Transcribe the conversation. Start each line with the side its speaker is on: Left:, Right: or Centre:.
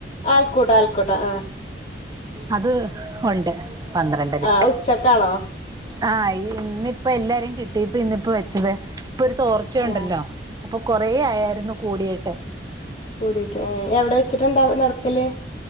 Left: ആൾക്കൂട്ടാ ആൾക്കൂട്ടാ ആഹ്
Right: അത് ഉണ്ട് പന്ത്രണ്ടരക്ക്
Left: ആഹ് ഉച്ചക്കാണോ
Right: ആഹ് ഇന്നിപ്പോ എല്ലാരേു കിട്ടിപ്പ ഇന്നിപ്പോ വെച്ചത് ഇപ്പ ഒരു ചോർച്ചയുണ്ടല്ലോ
Left: ആഹ്
Right: അപ്പോ കുറേ ആയായിരുന്നു കൂടിയിട്ട്
Left: കൂടിയിട്ട് ഏഹ് എവിടെ വെച്ചിട്ടുണ്ടാവ നടക്കല്